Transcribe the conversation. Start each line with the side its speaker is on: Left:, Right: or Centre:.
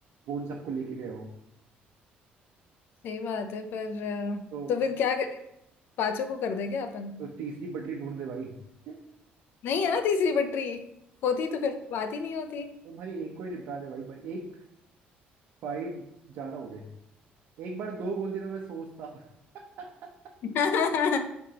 Right: वो उन सबको लेके गया हो
Left: सही बात है पर अ,
Right: तो,
Left: तो फिर क्या करें पांचों को कर देंगे अपन
Right: तो तीसरी पटरी ढूंढ दे भाई तो
Left: नहीं है ना तीसरी पटरी होती तो फिर बात ही नहीं होती
Right: भाई एक को ही निपटा दे भाई भाई एक फाइव ज्यादा हो गए एक बार दो बोल दिया तो मैं सोचता <laughs>
Left: <laughs>